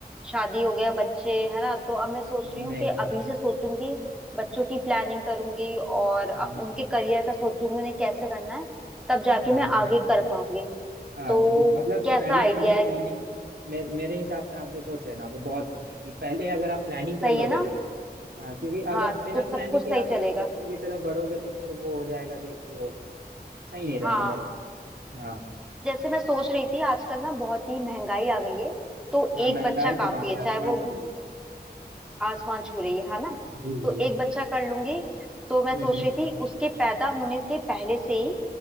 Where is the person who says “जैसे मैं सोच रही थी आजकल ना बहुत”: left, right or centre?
Centre